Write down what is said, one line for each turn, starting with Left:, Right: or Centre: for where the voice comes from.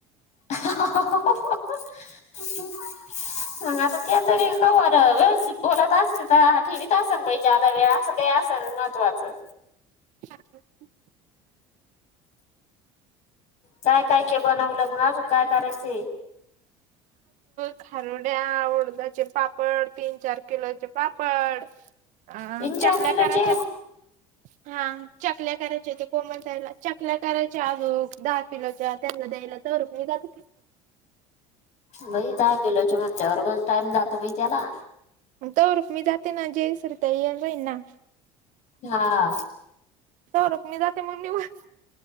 Left: <unintelligible> <inaudible> <inaudible> मग आता ते तरी कवर व्यवस्थित बोलात असतील ठीवत असेल जादा वेळ अस काय, असेल महत्वाचं
Right: शत <inaudible> <inaudible>
Left: काय, काय, के बनवलं. मग अजू काय करायचं
Right: खारोड्या, उडदाचे पापड पापड तीन, चार, किलोचे पापड अ
Left: तीन चार
Right: चकल्या
Left: किलोचे
Right: कराचेत हा चकल्या करायच्या हो ते कोमल ताईला चकल्या करायच्या, आजो दहा किलोच्या त्यांना द्यायला तर मेघाच
Left: बाई, दहा किलोच्या म्हटल्यावर पण टाइम जातो बाई त्याला
Right: तवर मी जाते ना. जेसर ये जाईन ना
Left: हा...
Right: सौरभ मी जाते मग निघुन